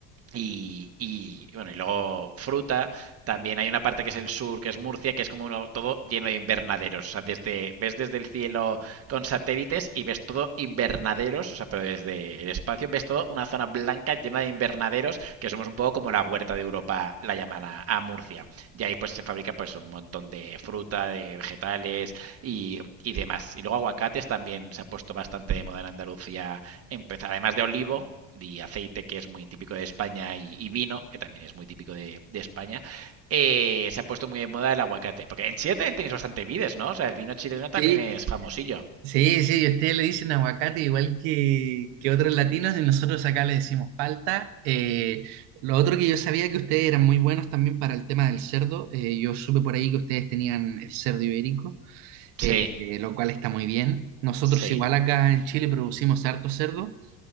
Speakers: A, on the right; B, on the right.
A: y, y, bueno, y luego fruta. También hay una parte que es el sur, que es Murcia, que es como uno- todo lleno de invernaderos. O sea, desde, ves desde el cielo con satélites y ves todo invernaderos, o sea, pero desde el espacio ves todo una zona blanca llena de invernaderos, que somos un poco como la huerta de Europa, la llaman a, a Murcia. Y ahí pues se fabrican pues un montón de fruta, de vegetales y, y demás. Y luego aguacates también se ha puesto bastante de moda en Andalucía empezar, además de olivo y aceite, que es muy típico de España, y, y vino, que también es muy típico de, de España, eh, se ha puesto muy de moda el aguacate. Porque en Chile también tenéis bastante vides, ¿no? O sea, el vino chileno también
B: sí,
A: es famosillo.
B: Sí, sí, y ustedes le dicen aguacate igual que, que otros latinos y nosotros acá le decimos palta. Eh, lo otro que yo sabía que ustedes eran muy buenos también para el tema del cerdo. Eh, yo supe por ahí que ustedes tenían el cerdo ibérico,
A: Sí.
B: eh, eh, lo cual está muy bien. Nosotros
A: Sí.
B: igual acá en Chile producimos harto cerdo.